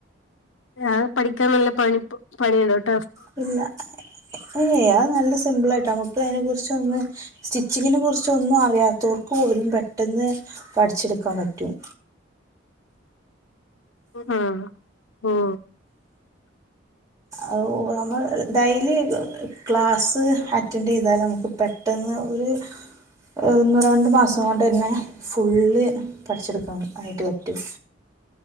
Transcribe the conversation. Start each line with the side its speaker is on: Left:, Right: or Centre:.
Left: ഞൻ പഠിക്കാൻ നല്ല പണി പണിുണ്ടോട്ടെ <unintelligible>
Right: പില്ല ഏയ് അത് നല്ല സിമ്പിൾ ആയിട്ട് നമുക്ക് അതിനെ കുറിച്ചൊന്ന സ്റ്റിച്ചിങ്ങിനെ കുറിച്ചൊന്നും അറിയാത്തവർക്ക് പോലും പെട്ടെന്ന് പഠിച്ചെടുക്കാൻ പറ്റും
Left: ആ ആ
Right: അ നമ്മ <unintelligible> ഡെലി ക്ലാസ്സ് അറ്റൻഡ് ചെയ്താൽ നമുക്ക് പെട്ടെന്ന് ഒരു ഒന്നൂ രണ്ട് മാസം കൊണ്ട് തന്നെ ഫുള്ള് പഠിച്ചെടുക്കാ ആയിട്ട് പറ്റും